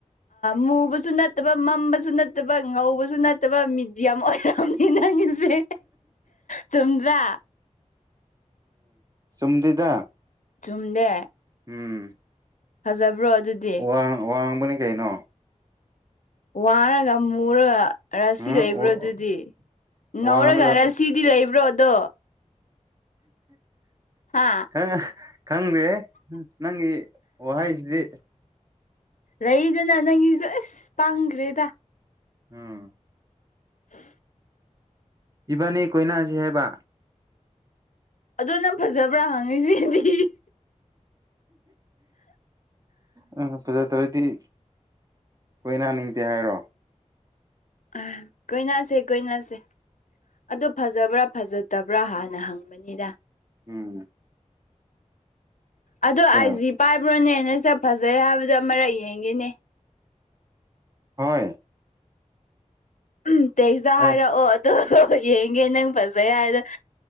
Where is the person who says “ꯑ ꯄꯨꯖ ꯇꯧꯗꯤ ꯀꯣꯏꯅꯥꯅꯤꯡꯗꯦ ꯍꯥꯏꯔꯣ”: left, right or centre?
Right